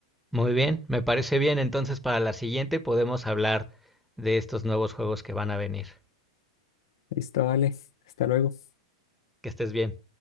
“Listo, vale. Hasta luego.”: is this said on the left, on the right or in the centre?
Left